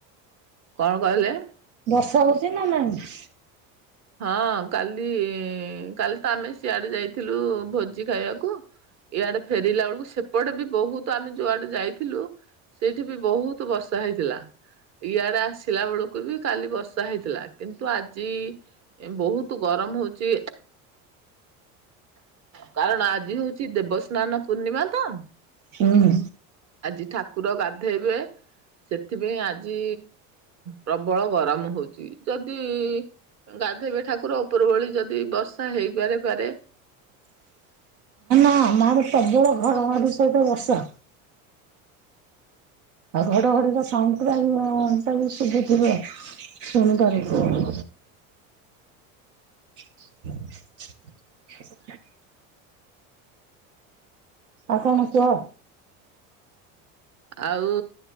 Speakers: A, on the right; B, on the right.
A: କଣ କହିଲେ?
B: ବର୍ଷା ହଉଛି ନା ନାହିଁ?
A: ହଁ କାଲି କାଲି ତ ଆମେ ସିଆଡେ ଯାଇଥିଲୁ ଭୋଜି ଖାଇବାକୁ। ଏଇଆଡେ ଫେରିଲା ବେଳକୁ ସେପଟେ ବି ବହୁତ ଆମେ ଯୋଉଆଡେ ଯାଇଥିଲୁ। ସେଇଠି ବି ବହୁତ ବର୍ଷା ହେଇଥିଲା। ଇଆଡେ ଆସିଲା ବେଳକୁ ବି କାଲି ବର୍ଷା ହେଇଥିଲା। କିନ୍ତୁ ଆଜି ଏ ବହୁତ ଗରମ ହଉଚି। କାରଣ ଆଜି ହଉଛି ଦେବସ୍ନାନ ପୂର୍ଣ୍ଣିମା ତ।
B: ହୁଁ।
A: ଆଜି ଠାକୁର ଗାଧେଇବେ। ସେଥିପାଇଁ ଆଜି ପ୍ରବଳ ଗରମ ହେଉଛି। ଯଦି ଗାଧେଇବେ ଠାକୁର ଉପର ଓଳି ଯଦି ବର୍ଷା ହେଇପାରେ ପାରେ।
B: ହଁ ଆମ ଆଡ଼େ ଘଡ ଘଡି ସହିତ ବର୍ଷା। ଆଉ ଘଡଘଡିର ସାଉଣ୍ଡ ପୁରା ତାକୁ ଶୁଭୁଥିବ ଶୁଣିପାରୁଥିବ। <inaudible> <inaudible> ଆଉ କଣ କୁହ।
A: ଆଉ